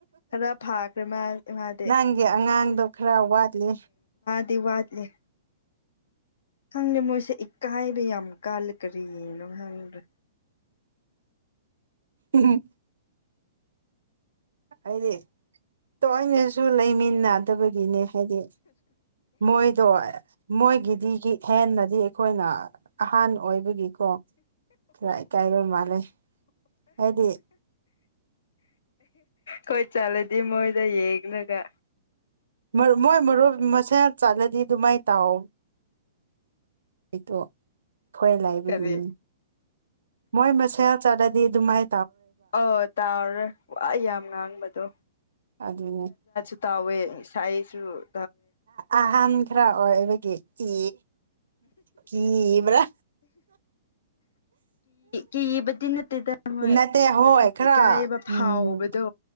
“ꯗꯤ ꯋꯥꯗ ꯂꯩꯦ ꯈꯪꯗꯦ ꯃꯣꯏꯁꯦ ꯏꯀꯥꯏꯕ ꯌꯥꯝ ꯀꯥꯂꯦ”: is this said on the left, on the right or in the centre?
Left